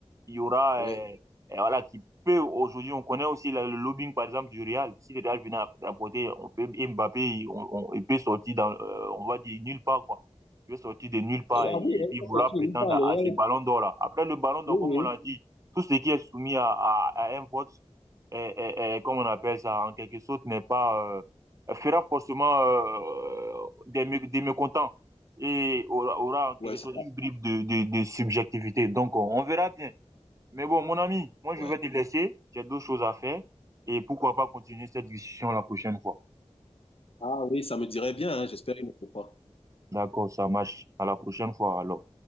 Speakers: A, on the right; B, on the left.
A: Il y aura,
B: oui.
A: euh, euh, voilà, qui peut aujourd'hui, on connaît aussi la- le lobbying, par exemple, du Real. Si le Real venait à rapporter, on peut, Mbappé, il- on, on- il peut sortir dans, euh, on va dire, nulle part, quoi il est sorti de nulle part
B: Ah
A: et, et
B: oui, elle
A: puis
B: est
A: vouloir
B: sortie,
A: prétendre
B: elle parle,
A: à, à
B: elle-
A: ces ballons d'or là. Après le ballon d'or,
B: oui,
A: comme
B: oui.
A: on l'a dit, tout ce qui est soumis à, à, à un vote, est, est- est- comme on appelle ça, en quelque sorte, n'est pas, euh, fera forcément euh, des, des mécontents et aura, aura en quelque
B: Ouais, c'est
A: sorte
B: ça,
A: une bribe de, de, de subjectivité. Donc, on verra bien. Mais bon, mon ami, moi, je
B: ouais.
A: vais te laisser. J'ai d'autres choses à faire. Et pourquoi pas continuer cette discussion la prochaine fois.
B: Ah oui, ça me dirait bien, hein, j'espère une autre fois.
A: D'accord, ça marche. À la prochaine fois, alors.